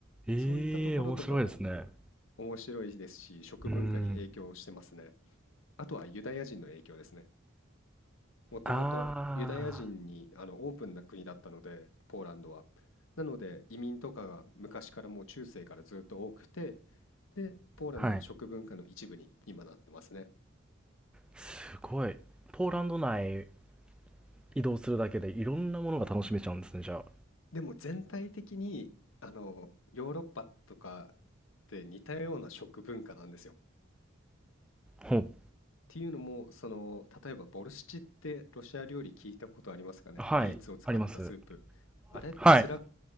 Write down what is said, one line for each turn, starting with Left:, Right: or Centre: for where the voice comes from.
Centre: ええー面白いですねう
Left: そういったところとかも面白いですし、食文化に影響してますね。
Centre: ーん
Left: あとはユダヤ人の影響ですね。もともとユダヤ人にあのオープンな国だったので、
Centre: あ
Left: ポーランドは。なので移民とかが昔からもう中世からずっと多くて、で、ポーランドの食文化の一部に今なってますね。
Centre: あ、はい。すごい。ポーランド内移動するだけでいろんなものが楽しめちゃうんですね、じゃあ。
Left: でも全体的にあのヨーロッパとかって似たような食文化なんですよ。
Centre: ほう。
Left: っていうのも、その、例えばボルシチってロシア料理聞いたことありますかねビーツを使ったスープ。
Centre: はい、あります。
Left: あれってスラブ、
Centre: はい、